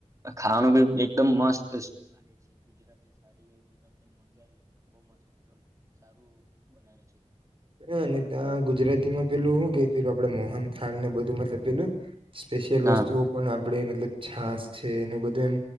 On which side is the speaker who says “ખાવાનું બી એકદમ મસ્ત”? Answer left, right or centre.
Right